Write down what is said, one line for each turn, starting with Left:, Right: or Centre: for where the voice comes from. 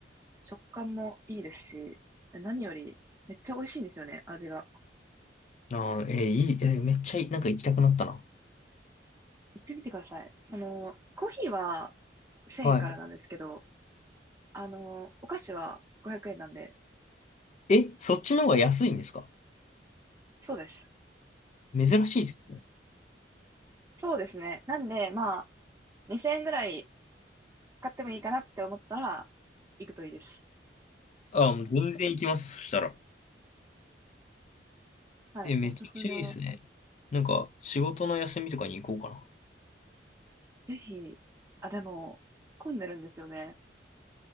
Right: 食感もいいですし、何よりめっちゃ美味しいんですよね、味が。
Left: あー、えーいい、えーめっちゃいい、なんか行きたくなったな。
Right: 行ってみてください。その、コーヒーは1000円からなんですけど、
Left: はい。
Right: あの、お菓子は500円なんで、
Left: え、そっちの方が安いんですか
Right: そうです。
Left: 珍しいですね。
Right: そうですね。なんで、まあ、2000円ぐらい使ってもいいかなって思ったら、行くといいです。
Left: あー、もう全然行きます。そしたら。
Right: はい、
Left: え、めちゃくちゃいいですね。
Right: おすすめ。
Left: なんか、仕事の休みとかに行こうかな。
Right: ぜひ、あ、でも、混んでるんですよね。